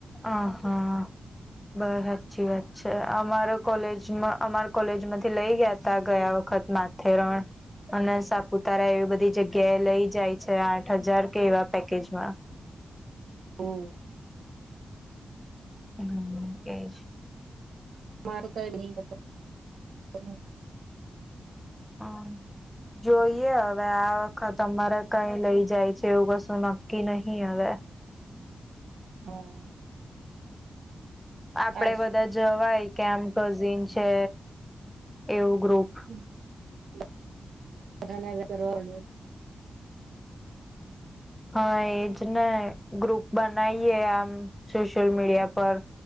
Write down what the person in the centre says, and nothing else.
આ હા બહું સાચી વાત છે અમારો કોલેજમાં અમાર કોલેજ માંથી લઇ ગયા તા ગયા વખત મા. થેરણ અને સાપુતા તારા એવી બધી જગ્યા એ લઈ જાય છે. આઠ હજાર કે એવા પેકેજમાં,
હમ્મ એજ
અહઃ જોઈએ હવે આ વખત અમાંરે કઈ લઈ જાય છે એવું કશું નક્કી નહી હવે, <inaudible>
આપડે
બધા જવાય કે આમ કઝિન છે એવું ગ્રુપ
હા એજ ને ગ્રુપ બનાવીએ આમ સોશિયલ મીડિયા પર